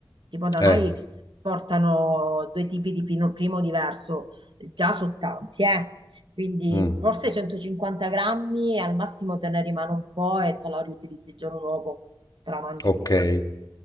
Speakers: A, on the right (about 85°); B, on the left (about 50°).
A: tipo da
B: Eh,
A: noi portano due tipi di pino- primo diverso, già sono tanti, eh. Quindi
B: mh,
A: forse 150 grammi e al massimo te ne rimane un po' e te la riutilizzi il giorno dopo, te la mangi
B: okay.
A: tu.